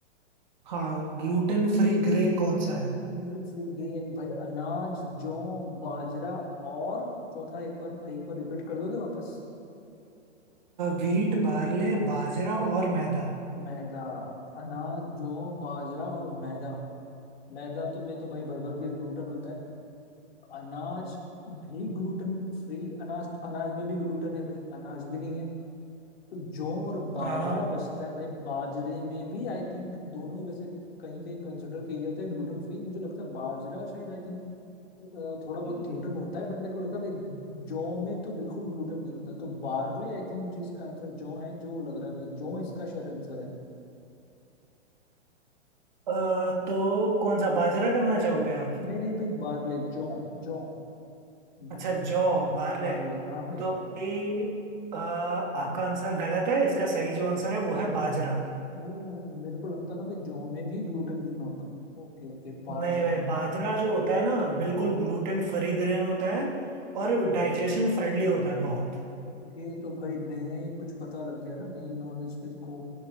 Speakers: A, on the right (about 40°); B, on the left (about 55°).
A: हाँ ग्लूटेन फ्री ग्रेन कौन सा है
B: ग्लूटन फ्री गेन भाई अनाज जौ बाजरा और चौथा एक बार भाई एक बार रिपीट कर दोगे वापस
A: व्हीट बार्ले बाजरा और मैदा
B: मैदा अनाज जौ बाजरा और मैदा मैदा तो में तो भाई भर भर के ग्लूटन होता है अनाज भी ग्लूटन फ्री अनाज अनाज में भी ग्लूटन है भाई अनाज भी नहीं है तो जौ और बाजरा
A: हाँ
B: बचता है भाई बाजरे में भी आई थिंक दोनों ही वैसे कहीं कहीं कंसिडर किए जाते हैं ग्लूटेन फ्री मुझे लगता है बाजरा शायद आई थिंक थोड़ा
A: मतलब
B: बहुत ग्लूटेन
A: ये दोनों
B: होता है बट मेरे को लगता है भाई जौ में तो बिल्कुल ग्लूटेन नहीं होता तो बार्ले आई थिंक मुझे इसका आंसर जौ है जो लग रहा है भाई जौ इसका शायद आंसर है
A: अ, तो कौन सा बाजरा करना चाहोगे आप
B: नहीं नहीं भाई बार्ले जौ जौ ब-
A: अच्छा जॉ बार्ले
B: बार्ले हाँ भाई
A: तो भाई अ, आपका आंसर गलत है इसका सही जो आंसर है वो है बाजरा
B: ओ मेरे को लगता था भाई जौ में भी ग्लूटेन नहीं होता ओके ओके बाजरे
A: नहीं भाई बाजरा जो होता है ना बिल्कुल ग्लूटेन फ्री ग्रेन होता है और डाइजेशन फ्रेंडली होता है बहुत
B: ये तो भाई नया ही कुछ पता लग गया ना नई नॉलेज मेरे को